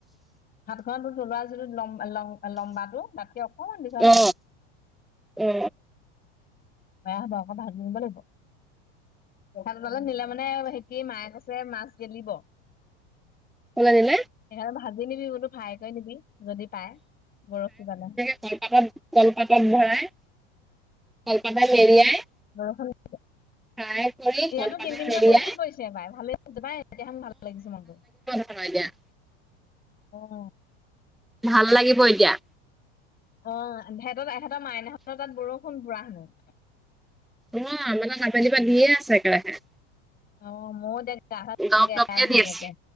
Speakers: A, on the left; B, in the centre.
A: হাতখন তোৰ তলুৱা যদি লম', অহ', লং', অ', লম্বাটো তাতকে অকমান দীঘল
B: অ
A: হ'ব',
B: অ
A: বেয়া হ'ব, আকৌ ভাজি নিব লাগিব', ভাল পালে নিলে মানে সেটি, মায়ে কৈছে মাছ গেলিব',
B: কেনেকুৱা নিলে?
A: সেইকাৰণে ভাজি নিবি বোলোঁ, ফ্ৰাই কৰি নিবি যদি পায় বৰশী জালে',
B: কল', -কলপাতত ভৰাই, কলপাতত মেৰিয়াই',
A: বৰষুণ নিদিব',
B: ফ্ৰাই কৰি
A: ইয়াতো
B: কলপাতত
A: কিন কিনকে
B: মেৰিয়াই
A: বৰষুণ পৰিছে বাই ভালে যাই এতিয়াহছ ভাল লাগিছে মনটো',
B: ইয়াতে নাইদিয়া',
A: অহ',
B: ভাল লাগিব এতিয়া',
A: অ', হেতৰ', এহেতৰ মাইনাহেতৰ তাত বৰষুণ পুৰা হেনোঁ',
B: উম', ইহঁতৰ যোৱাকালিৰ পৰা দিয়ে আছে একেৰাহে',
A: অ', মইও দে গা চা ধোওগে
B: দপ দপকে
A: আৰু
B: দি
A: ধুনিয়াকে
B: আছে।